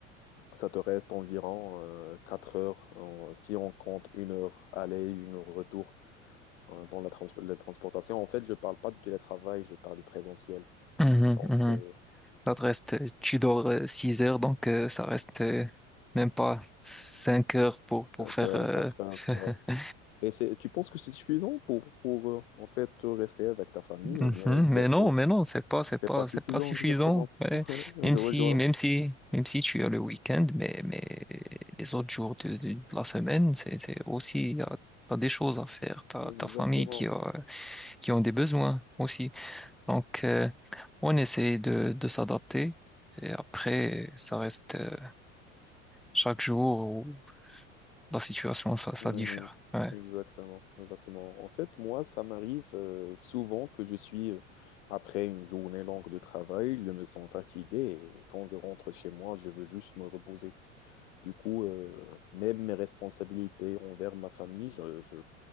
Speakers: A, on the left (about 70°); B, in the centre.
A: Ça te reste environ euh, 4 heures, en- si on compte une heure aller, une heure retour euh, dans la, trans- la transportation. En fait, je parle pas du télétravail, je parle du présentiel.
B: mhm,
A: Donc,
B: mhm.
A: euh,
B: Ça te reste, euh, tu dors euh, 6 heures, donc euh, ça reste euh, même pas 5 heures pour,
A: 5
B: pour faire.
A: heures
B: euh,
A: à 4 heures.
B: <laughs>
A: ouais. Et c'est, tu penses que c'est suffisant pour, pour euh, en fait, euh, rester avec ta famille
B: Mhm,
A: ou bien exercer?
B: Mais non, mais non, c'est pas, c'est
A: C'est
B: pas,
A: pas suffisant,
B: c'est pas suffisant.
A: exactement.
B: ouais. Même
A: Je
B: si,
A: rejoins.
B: même si, même si tu as le week-end, mais, mais les autres jours de, de- de la semaine, c'est, c'est aussi, t'as des choses à faire. T'as
A: Exactement.
B: ta famille qui a, qui ont des besoins aussi. Donc, euh, on essaie de, de s'adapter. Et après, ça reste euh, chaque jour. la situation, ça, ça
A: Oui,
B: diffère. Ouais.
A: exactement, exactement. En fait, moi, ça m'arrive euh, souvent que je suis, euh, après une journée longue de travail, je me sens fatigué et quand je rentre chez moi, je veux juste me reposer. Du coup, euh, même mes responsabilités envers ma famille, je,